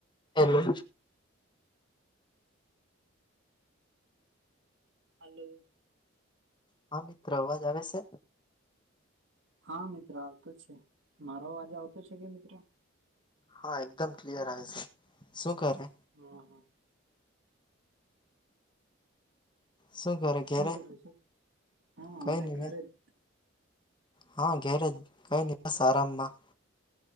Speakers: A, on the left (about 25°); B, on the right (about 65°).
A: <inaudible>
B: હાલો.
A: હા મિત્ર, અવાજ આવે સે?
B: હા મિત્ર આવતો જ છે. મારો અવાજ આવતો છે કે મિત્ર.
A: હા એકદમ ક્લિયર આવે સે. સું કરે?
B: હા હા.
A: શું કરે ઘેરે
B: શું કરે છે હા
A: કઈ
B: અમે
A: નહી
B: ઘરે
A: ને.
B: જ
A: હા ઘેરે કઈ નહી સારામમાં.